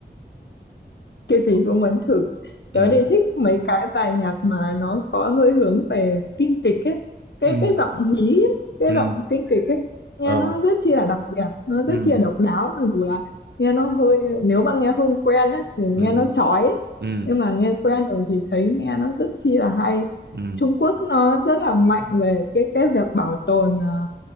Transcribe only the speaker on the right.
ừ
ừ
ừ
ờ
ừ
ừ
ừ
ừ